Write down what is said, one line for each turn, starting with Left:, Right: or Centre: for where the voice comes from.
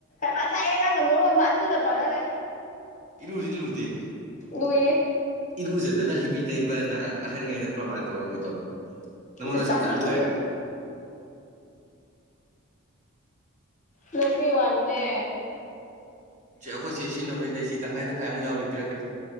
Left: ꯉꯁꯥꯏꯌꯦ ꯅꯪꯅ ꯃꯔꯨꯞ ꯑꯃ ꯑꯗꯨꯗ ꯄꯥꯟꯅꯔꯦ
Right: ꯏꯂꯨꯗꯤꯜꯂꯨꯗꯦ
Left: ꯂꯨꯏꯌꯦ
Right: ꯏꯔꯨꯖꯗꯅ ꯍꯩꯕꯤ ꯇꯩꯕꯅ ꯑꯍꯟꯈꯩꯅ ꯄ꯭ꯔꯃꯥꯟ ꯇꯧꯔꯝꯃꯤꯗꯣ ꯅꯪꯉꯣꯟꯗ
Left: ꯑꯗꯨ
Right: ꯆꯞ
Left: ꯇꯅꯤꯡꯗꯤ
Right: ꯆꯥꯅ ꯊꯣꯛꯑꯦ
Left: ꯂꯩꯕꯤꯌꯨ ꯍꯥꯏꯕꯅꯦ
Right: ꯁ ꯑꯩꯈꯣꯏꯁꯦ ꯁꯤꯖꯤꯟꯅꯕꯩ ꯂꯩꯁꯤ ꯇꯪꯈꯥꯏ ꯇꯪꯈꯥꯏꯃꯨ ꯌꯥꯎꯔꯤ ꯄꯤꯔꯛꯀꯦ